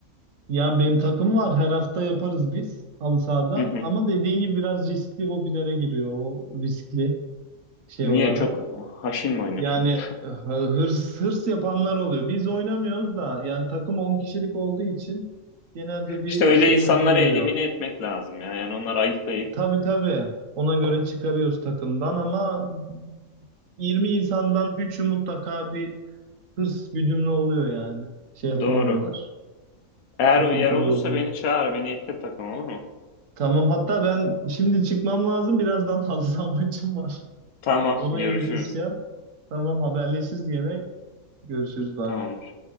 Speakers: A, on the right; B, on the left.
A: Ya benim takım var. Her hafta yaparız biz halı sahada.
B: Hı hı.
A: Ama dediğin gibi biraz riskli hobilere giriyor o riskli şey olarak.
B: Niye çok haşin mi oynuyorsunuz?
A: Yani e, hırs hırs yapanlar oluyor. Biz oynamıyoruz da yani takım 10 kişilik olduğu için genelde bir
B: İşte öyle
A: şey
B: insanları
A: yapılıyor.
B: elimine etmek lazım ya. Yani onları ayıklayıp
A: Tabii tabii ona göre çıkarıyoruz takımdan ama 20 insandan 3'ü mutlaka bir hırs güdümlü oluyor yani. Şey yapamıyorlar.
B: doğru. Eğer
A: Sıkıntılı
B: yer olursa
A: oluyor.
B: beni çağır, beni ekle takım olur mu?
A: Tamam hatta ben şimdi çıkmam lazım. Birazdan <laughs> halı saha maçım var.
B: Tamam,
A: Ona
B: görüşürüz.
A: yetişeceğim. Tamam haberleşiriz gene. Görüşürüz bay
B: Tamamdır.
A: bay.